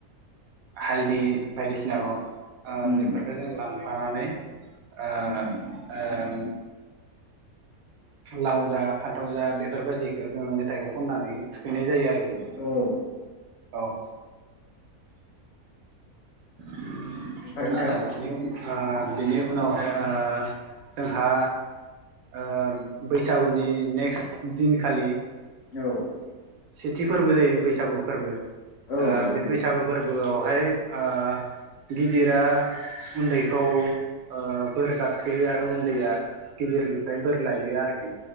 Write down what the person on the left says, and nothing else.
उम
उम
औ
ओमफ्राय नोंथां
औ
औ
नंगौ
नोंथां